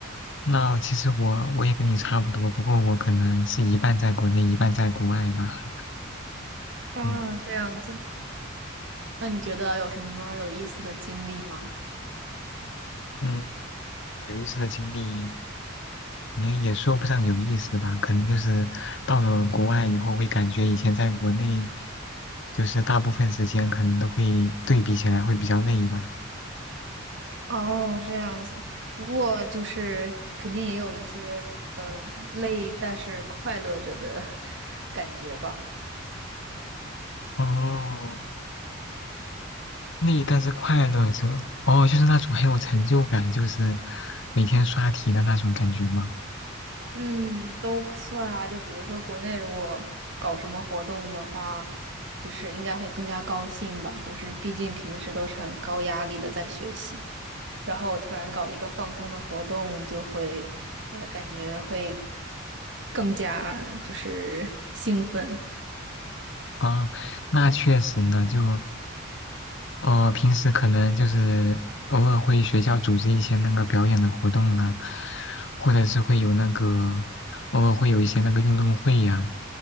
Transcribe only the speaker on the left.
那其实我我也跟你差不多，不过我可能是一半在国内，一半在国外吧。
嗯
嗯，有意思的经历你也说不上有意思吧，可能就是到了国外以后会感觉以前在国内，就是大部分时间可能都会对比起来会比较累吧。
哦。累，但是快乐着，哦，就是那种很有成就感，就是每天刷题的那种感觉吗？
啊，那确实呢，就呃，平时可能就是偶尔会学校组织一些那个表演的活动啊，或者是会有那个偶尔会有一些那个运动会呀、